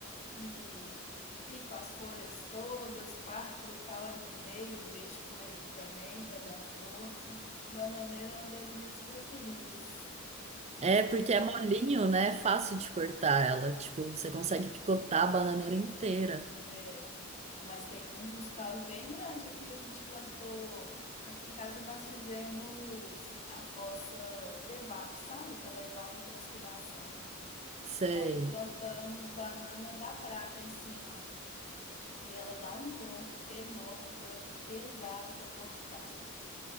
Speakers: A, on the left (about 30°); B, on the right (about 30°).
A: e pico as folhas todas, parto o caule no meio e deixo por ali também para dar força. Bananeira é uma das minhas preferidas.
B: É porque é molinho, né? É fácil de cortar ela. Tipo, você consegue picotar a bananeira inteira.
A: É, Ah, Mas tem uns, uns caule bem grande aqui. A gente plantou. Aqui em casa nós fizemos a fossa Tevap, sabe? Que ela evapotranspiração.
B: Sei.
A: E aí plantamos banana da prata em cima. E ela dá um tronco enorme, que ela é pesado para cortar. <laughs>